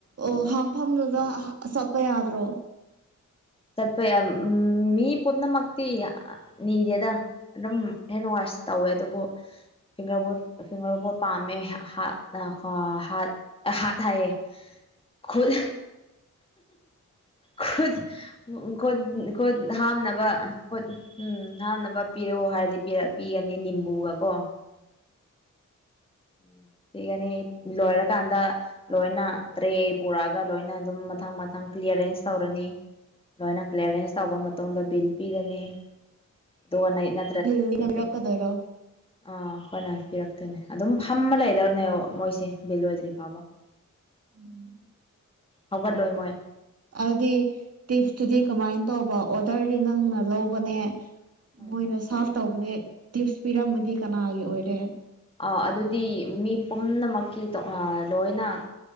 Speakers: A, on the right (about 55°); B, on the left (about 20°).
A: ꯑꯣ ꯍꯥꯝꯐꯝꯗꯨꯗ ꯍꯥ ꯆꯠꯄ ꯌꯥꯗ꯭ꯔꯣ
B: ꯆꯠꯄ ꯌꯥꯝ ꯃꯤ ꯄꯨꯝꯅꯃꯛꯇꯤ ꯑ ꯅꯤꯗꯦꯗ ꯑꯗꯨꯝ ꯍꯦꯟꯋꯥꯁ ꯇꯧꯋꯦ ꯑꯗꯨꯕꯨ ꯐꯤꯡꯒꯔ ꯕꯣꯔꯗ ꯐꯤꯡꯒꯔ ꯕꯣꯔꯗ ꯄꯥꯃꯦ ꯍꯥꯠ ꯑ ꯍꯥꯠ ꯑ ꯍꯥꯠ ꯍꯥꯏꯌꯦ ꯈꯨꯠ ꯈꯨꯠ ꯎꯝ ꯈꯨꯠ ꯈꯨꯠ ꯍꯥꯝꯅꯕ ꯈꯨꯠ ꯎꯝ ꯍꯥꯝꯅꯕ ꯄꯤꯔꯛꯑꯣ ꯍꯥꯏꯔꯗꯤ ꯄꯤꯔꯛ ꯄꯤꯒꯅꯤ ꯅꯤꯝꯕꯨꯒ ꯀꯣ <inaudible> ꯄꯤꯒꯅꯤ ꯂꯣꯏꯔꯀꯥꯟꯗ ꯂꯣꯏꯅ ꯑꯗꯩ ꯄꯨꯔꯛꯑꯒ ꯂꯣꯏꯅ ꯑꯗꯨꯝ ꯃꯊꯪ ꯃꯊꯪ ꯀ꯭ꯂꯤꯌꯔꯦꯟꯁ ꯇꯧꯔꯅꯤ ꯂꯣꯏꯅ ꯀ꯭ꯂꯤꯌꯔꯦꯟꯁ ꯇꯧꯕ ꯃꯇꯨꯡꯗ ꯕꯤꯜ ꯄꯤꯔꯅꯤ ꯑꯗꯨꯒ ꯅꯩꯅ
A: <unintelligible>
B: ꯑ ꯑꯩꯈꯣꯏꯅ ꯄꯤꯔꯛꯇꯣꯏꯅꯦ ꯑꯗꯨꯝ ꯐꯝꯃ ꯂꯩꯗꯧꯅꯦꯕ ꯃꯣꯏꯁꯦ ꯕꯤꯜ ꯂꯣꯏꯗ꯭ꯔꯤ ꯐꯥꯎꯕ
A: <inaudible>
B: ꯍꯧꯒꯠꯂꯣꯏ ꯃꯣꯏ
A: ꯑꯗꯨꯗꯤ ꯇꯤꯞꯇꯨꯗꯤ ꯀꯃꯥꯏꯟ ꯇꯧꯕ ꯑꯣꯔꯗꯔꯗꯤ ꯅꯪꯅ ꯂꯧꯕꯅꯦ
B: ꯑꯥ
A: ꯃꯣꯏꯅ ꯁꯥꯔꯐ ꯇꯧꯕꯅꯦ ꯇꯤꯞꯁ ꯄꯤꯔꯝꯃꯗꯤ ꯀꯅꯥꯒꯤ ꯑꯣꯏꯔꯦ
B: ꯑ ꯑꯗꯨꯗꯤ ꯃꯤ ꯄꯨꯝꯅꯃꯛꯀꯤ ꯇꯣ ꯑ ꯂꯣꯏꯅ